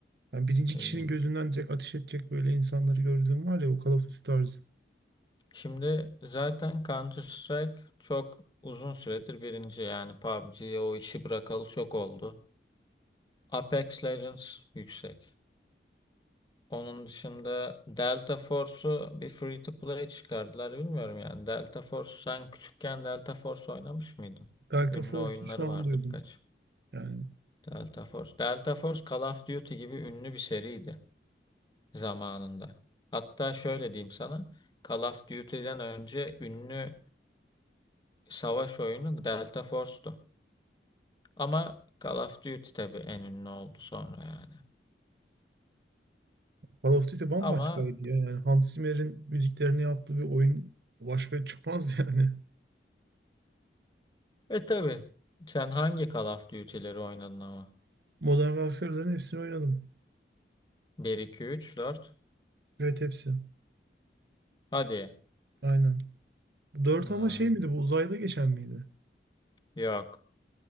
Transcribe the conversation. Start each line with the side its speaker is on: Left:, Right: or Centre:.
Right: Yani birinci
Left: İlginç.
Right: kişinin gözünden direkt ateş edecek böyle insanları gördüğüm var ya o Call of Duty tarzı.
Left: Şimdi zaten Counter Strike çok uzun süredir birinci yani PUBG'ye o işi bırakalı çok oldu. Apex Legends yüksek. Onun dışında Delta Force'u bir free to play çıkardılar bilmiyorum yani. Delta Force sen küçükken Delta Force oynamış mıydın?
Right: Delta
Left: Ünlü
Right: Force'u
Left: oyunları
Right: şu
Left: vardı
Right: an duydum.
Left: birkaç.
Right: Yani
Left: Delta Force. Delta Force Call of Duty gibi ünlü bir seriydi zamanında. Hatta şöyle diyeyim sana. Call of Duty'den önce ünlü savaş oyunu Delta Force'tu. Ama Call of Duty tabii en ünlü oldu sonra yani.
Right: Call of Duty bambaşkaydı
Left: Ama
Right: ya. Yani Hans Zimmer'in müziklerini yaptığı bir oyun başka çıkmaz yani.
Left: e tabii sen hangi Call of Duty'leri oynadın ama?
Right: <laughs> Modern Warfare'ların hepsini oynadım.
Left: Bir iki üç dört.
Right: Evet hepsi.
Left: Hadi.
Right: Aynen. Dört
Left: Hmm,
Right: ama şey miydi bu uzayda geçen miydi?
Left: Yok.